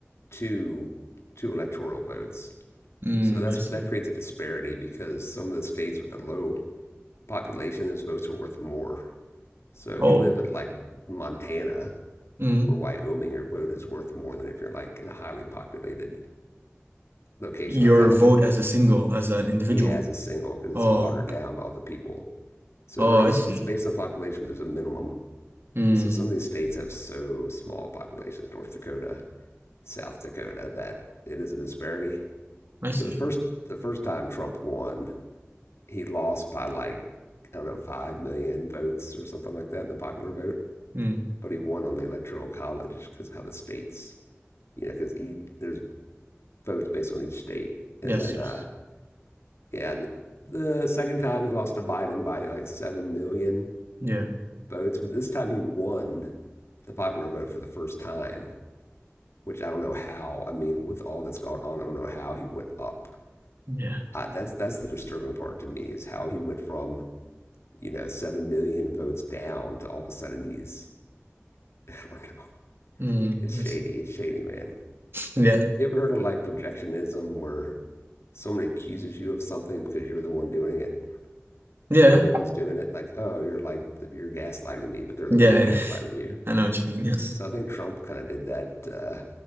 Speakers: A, on the left (about 85°); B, on the right (about 60°).
A: two two electoral votes.
B: mm,
A: So that's
B: I see.
A: that creates a disparity because some of the states with a low population, those votes are worth more. So if
B: Oh,
A: you live in like Montana
B: mm.
A: or Wyoming, your vote is worth more than if you're like in a highly populated location
B: Your
A: like California.
B: vote as a single, as an individual.
A: yeah, as a single because it's
B: Oh,
A: watered down
B: okay.
A: by all the people. So
B: oh,
A: there is,
B: I see.
A: it's based on population, there's a minimum.
B: Mm,
A: So some of these states have so small populations, North Dakota, South Dakota, that it is a disparity.
B: I
A: So
B: see.
A: the first, the first time Trump won, he lost by like, I don't know, 5 million votes or something like that in the popular vote.
B: Mm,
A: But he won on the electoral college because of how the states, you know, because there's votes based on each state. And
B: yes,
A: then
B: yes.
A: uh, Yeah, the second time he lost to Biden by like 7 million
B: Yeah,
A: votes, but this time he won the popular vote for the first time, which I don't know how. I mean, with all that's gone on, I don't know how he went up.
B: yeah.
A: Uh, that's that's the disturbing part to me is how he went from you know 7 million votes down to all of a sudden he's <laughs> I don't know.
B: Mm,
A: It's shady.
B: I see.
A: It's shady, man.
B: Yeah,
A: You ever heard of like projectionism where someone accuses you of something because you're the one doing it?
B: yeah,
A: they're the ones doing it. Like, oh, you're like you're gaslighting me, but they're
B: yeah.
A: the ones gaslighting
B: <laughs>
A: you.
B: I know what you mean, yes.
A: So I think Trump kind of did that uh,